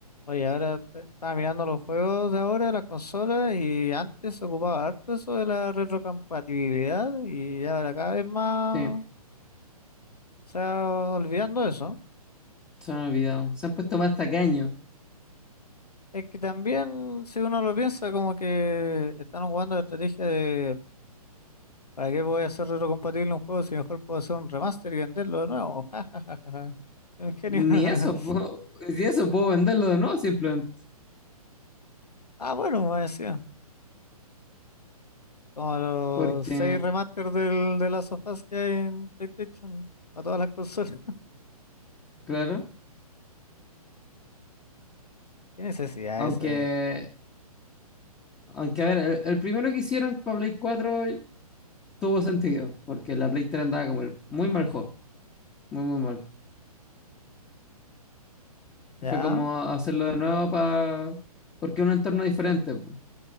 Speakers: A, on the left (about 85°); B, on the left (about 15°).
A: Oye, ahora te- estaba mirando los juegos de ahora, las consolas, y antes se ocupaba harto eso de la retrocompatibilidad, y ya ahora cada vez más
B: Sí,
A: se va olvidando eso.
B: se me olvidado. Se han puesto más tacaños.
A: Es que también, si uno lo piensa, como que están jugando la estrategia de ¿para qué voy a hacer retrocompatible un juego si mejor puedo hacer un remaster y venderlo de nuevo? Ja, ja, un genio.
B: Ni
A: <laughs>
B: eso puedo, <laughs> si eso puedo venderlo de nuevo simplemente.
A: Ah, bueno, me decía. Como los
B: Porque,
A: seis remasters del, de las sofás que hay en PlayStation, a todas las consolas. <laughs>
B: claro,
A: ¿Qué necesidad
B: aunque,
A: esa?
B: aunque a ver, el, el primero que hicieron para Play cuatro tuvo sentido, porque la Play 3 andaba como el- muy mal juego, muy, muy mal.
A: Ya,
B: Y fue como hacerlo de nuevo para, porque es un entorno diferente, po.